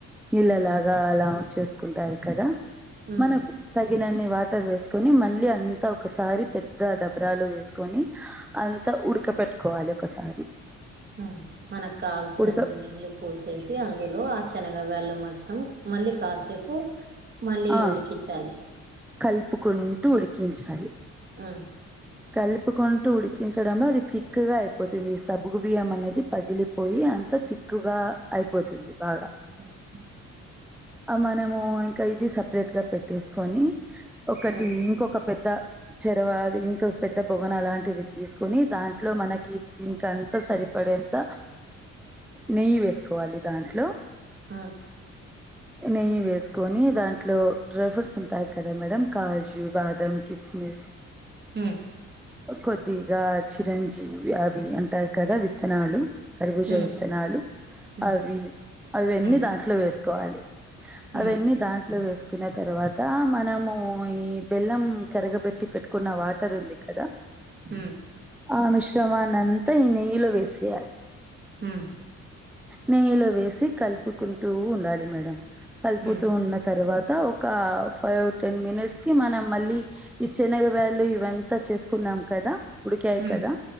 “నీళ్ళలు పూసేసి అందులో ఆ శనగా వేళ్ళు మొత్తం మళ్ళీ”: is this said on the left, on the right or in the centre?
Right